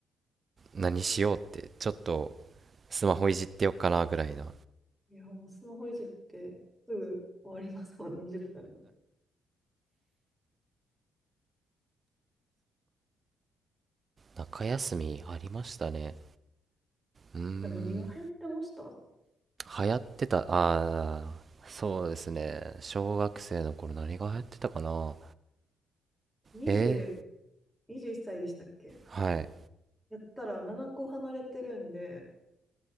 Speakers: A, on the right; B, in the centre.
A: 何しようって、ちょっとスマホいじってよっかなぐらいな。
B: いやもうスマホいじってすぐ終わりますもん、20分なんて。
A: 中休みありましたね。うーん、
B: てか何が流行ってました
A: 流行ってた、ああ、そうですね。小学生の頃何が流行ってたかな。
B: ?20
A: え
B: 21歳でしたっけ
A: はい。
B: やったら7個離れてるんで、